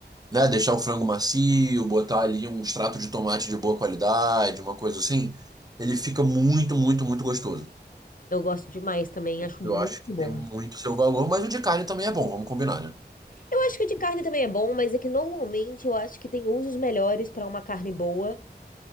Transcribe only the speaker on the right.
né, deixar o frango macio, botar ali um extrato de tomate de boa qualidade, uma coisa assim, ele fica muito, muito, muito gostoso.
Eu
acho que
tem muito seu valor, mas o de carne também é bom, vamos combinar, né?